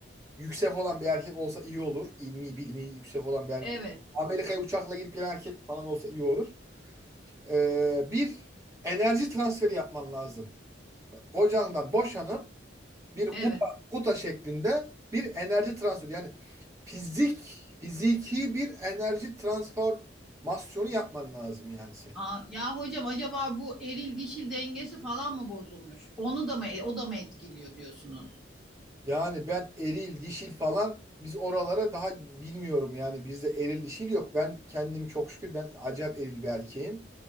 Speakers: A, on the right; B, in the centre.
A: yüksek olan bir erkek olsa iyi olur. İlmi bilmi yüksek olan bir erkek.
B: Evet.
A: Amerika'ya uçakla gidip gelen erkek falan olsa iyi olur. Ee, bir enerji transferi yapman lazım. Kocandan boşanıp bir kuta,
B: Evet.
A: kuta şeklinde bir enerji transferi. Yani fizik, fiziki bir enerji transformasyonu yapman lazım yani senin.
B: Aa, ya hocam acaba bu eril dişil dengesi falan mı bozulmuş? Onu da mı e, o da mı etkiliyor diyorsunuz?
A: Yani ben eril, dişil falan biz oralara daha bilmiyorum yani bizde eril dişil yok. Ben kendim çok şükür ben acayip eril bir erkeğim.